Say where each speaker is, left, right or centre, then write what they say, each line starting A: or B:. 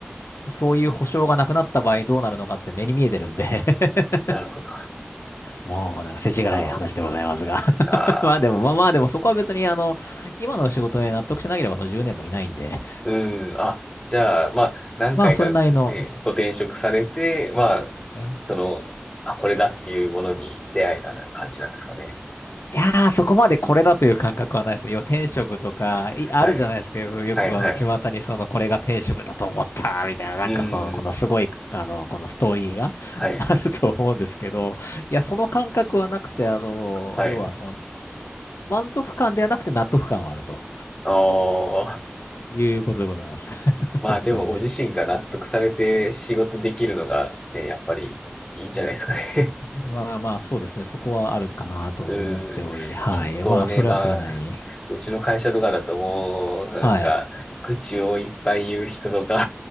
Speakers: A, on the left; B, on the left.
A: の、そういう保証がなくなった場合どうなるのかって目に見えてるんで <laughs>
B: なるほど。
A: もうなんか世知辛い話でございますが
B: あ
A: <laughs>
B: あ、ああ、
A: まあでも、
B: そうです。
A: まあまあでもそこは別にあの、今の仕事に納得しなければその10年もいないんで、
B: うん。あ、じゃあ、まあ、
A: <laughs>
B: 何回かね、
A: まあそれなりの、
B: ご転職されて、まあ、
A: うん
B: その、あ、これだっていうものに出会えた感じなんですかね。
A: いやーそこまでこれだという感覚はないですね。要は転職とか、いあるじゃないですか。
B: はい。
A: よよくあの、
B: はい、はい。
A: 巷にその、これが転職だと思った、みたいな、なんかその、
B: うん。
A: このすごい、あの、このストーリーが <laughs>
B: はい、
A: あると思うんですけど、いや、その感覚はなくて、あの、
B: はい。
A: 要はその、満足感ではなくて納得感はあると
B: ああ、
A: いうことでございます。<laughs>
B: まあでもご自身が納得されて仕事できるのがね、
A: 本当にね。
B: やっぱりいいんじゃないですかね。
A: まあまあ、そうですね。そこはあるかなと思っており、
B: うん。
A: はい。
B: 結構ね、
A: まあ、それはそれなりに。
B: まあ、うちの会社とかだともう、なんか、
A: はい。
B: 愚痴をいっぱい言う人とか